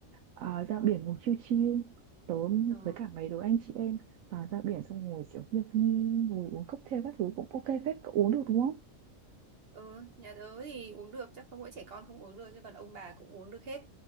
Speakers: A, on the right; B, on the right.
A: à, ra biển ngồi chill chill tớ
B: Ờ,
A: với cả mấy đứa anh chị em à, ra biển xong ngồi kiểu hiệp nghi ngồi uống cocktail các thứ cũng ok phết cậu uống được đúng không
B: ừ, nhà tớ thì uống được, chắc có mỗi trẻ con không uống được chứ còn ông bà cũng uống được hết.